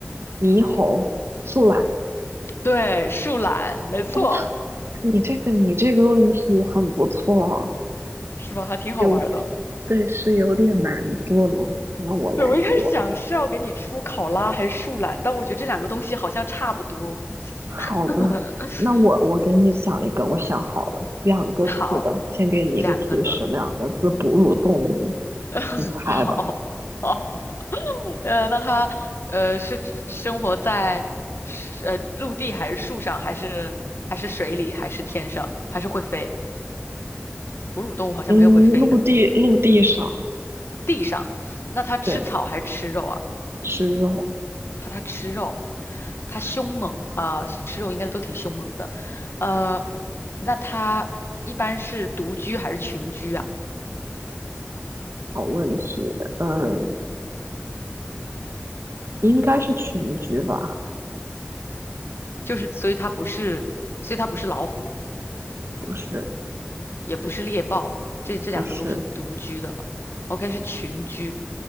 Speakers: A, on the right; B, on the left.
A: 猕猴、树懒。
B: 对，树懒，没错，
A: 哦，你这个你这个问题很不错啊，
B: 是吧？还挺好玩的。
A: 有点，对，是有点难度了。那我来做，
B: 对，我一开始想是要给你出考拉还是树懒，但我觉得这两个东西好像差不多。
A: 好的，
B: <laughs>
A: 那我我给你想一个，我想好了，两个字的，
B: 好，
A: 先给你一个提示，
B: 两个字。
A: 两个字，哺乳动物，
B: <laughs>
A: 你猜吧。
B: 好，好，呃，那它呃是生活在是呃陆地还是树上，还是还是水里，还是天上，还是会飞？哺乳动物好像没有会飞的。
A: 嗯，陆地陆地上，
B: 地上，那它吃草还是吃肉啊？
A: 对，吃肉，
B: 怕它吃肉，它凶猛啊、呃吃肉应该都挺凶猛的。呃，那它一般是独居还是群居啊？
A: 好问题，嗯，应该是群居吧？
B: 就是所以它不是，所以它不是老虎，
A: 不是，
B: 也不是猎豹，这这两个都是独居的。
A: 不是，
B: OK，是群居。